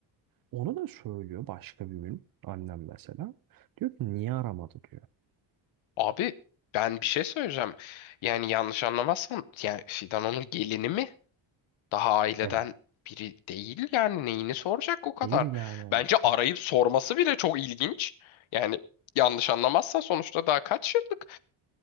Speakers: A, on the right; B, on the left.
A: Onu da söylüyor başka bir gün annem mesela. Diyor ki niye aramadı diyor.
B: Abi ben bir şey söyleyeceğim. Yani yanlış anlamazsan yani Fidan onun gelini mi? Daha aileden
A: Evet.
B: biri değil yani neyini soracak o kadar.
A: Hayır yani.
B: Bence
A: Ha,
B: arayıp sorması bile çok ilginç. Yani yanlış anlamazsan sonuçta daha kaç yıllık